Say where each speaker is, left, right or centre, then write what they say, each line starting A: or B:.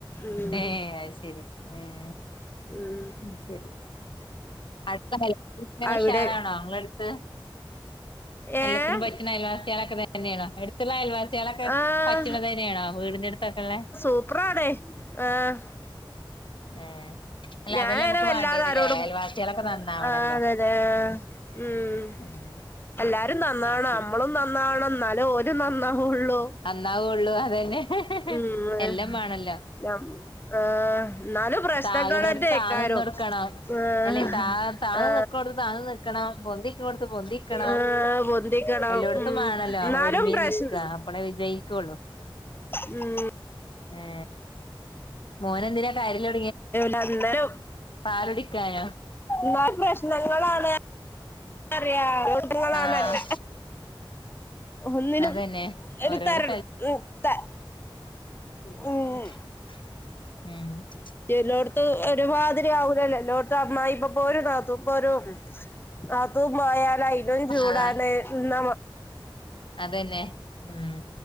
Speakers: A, on the left; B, on the left.
A: ഉം
B: ഏ അത് ശരി ഉം
A: ഉം
B: അത് ശരി അടുത്തല്ല ഉഷാറാണോ
A: അവിടെ
B: ഇങ്ങളടുത്ത്
A: ഏഹ്
B: എല്ലാത്തിനും പറ്റണ അയൽവാസികളൊക്കെ തന്നെയാണോ എടുത്തുള്ള അയൽവാസികളൊക്കെ
A: ആഹ്
B: പറ്റണത് തന്നെയാണോ വീടി <unintelligible>
A: പൂപ്രാടെ ആഹ്
B: ഏ അല്ല
A: ഞാനങ്ങനെ
B: അതെല്ലാം നമുക്ക്
A: വല്ലാതെ
B: വേണ്ടിയതില്ലേ
A: ആരോടും
B: അയൽവാസികളൊക്കെ നന്നാവണല്ലോ
A: ആഹ് അതെതെ ഉം
B: ഉം
A: എല്ലാരും നന്നാണം
B: അത് ശരി
A: മ്മളും നന്നാണം നല്ല ഓരും നന്നാണം ഉള്ളൂ
B: നന്നാവുള്ളൂ അതന്നെ
A: ഹ്മ്മ്
B: എല്ലാം വേണല്ലോ
A: തെ ആ എന്നാലും പ്രശ്നങ്ങളെന്തേക്കാരും
B: താകണോടത്ത് താന്ന് നിന്ന് കൊടുക്കണം
A: അഹ്
B: അല്ലെ താ താന്ന്
A: ആ
B: നിക്കണോടത്ത് താന്ന് നിക്കണം പൊന്തിക്കണോടത്ത് പൊന്തിക്കണം
A: ആ പൊന്തികണം
B: എല്ലോടത്തും
A: ഹ്മ്മ്
B: വേണല്ലോ
A: എന്നാലും
B: ഒരുമേ
A: പ്രശ്
B: നിക്ക അപ്പളേ വിജയിക്കുള്ളൂ
A: ഹ്മ്മ്
B: ഏ മോന എന്തിനാ കാര്യ
A: നല്ലരു
B: പാലുടിക്കാനോ
A: ഹ്മ്മ് എന്നാലും പ്രശ്നങ്ങളാണ് അറിയ കുട്ടങ്ങളണല്ല
B: ആഹ്
A: ഒന്നിനും
B: അതന്നെ
A: ഒരു
B: ഓരോരോ
A: തരണം ത
B: ഹ്മ്മ്
A: ഉം ചേലോടെത് ഒരുമാതിരി ആവലല്ലോ എല്ലോ <unintelligible> ഇപ്പൊ പോരു അത് പോരും അത് മായാ അയിനൊരു ചൂടാല്
B: ആഹ്
A: ഇന്ന
B: അതന്നെ ഹ്മ്മ്